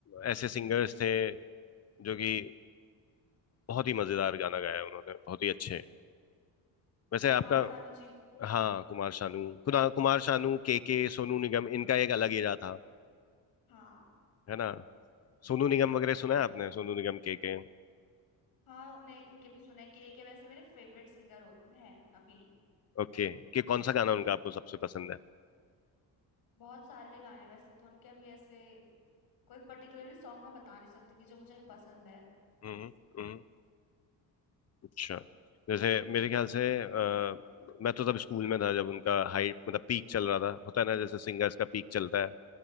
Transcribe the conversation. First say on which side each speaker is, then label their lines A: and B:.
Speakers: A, on the left; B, on the left.
A: ऐसे सिंगर्स थे जो कि बहुत ही मजेदार गाना गाया उन्होंने बहुत ही अच्छे वैसे आपका
B: कुमार सानू जी
A: हाँ कुमार शानू कुना- कुमार शानू के के सोनू निगम इनका एक अलग हीरा था
B: हाँ
A: है ना सोनू निगम वगैरह सुना है आपने सोनू निगम के के
B: हाँ उन्हें उनके भी सुने के के वैसे मेरे फेवरेट सिंगर होते हैं अभी
A: ओके कि कौन सा गाना उनका आपको सबसे पसंद है
B: बहुत सारे गाने हैं वैसे तो उनके अभी ऐसे कोई पर्टिकुलरली सॉन्ग मैं बता नहीं सकती कि जो मुझे पसंद है
A: हम्म हम्म हम्म। अच्छा जैसे मेरे ख्याल से अ, मैं तो तब स्कूल में था जब उनका हाइट मतलब पीक चल रहा था होता है ना जैसे सिंगर्स का पीक चलता है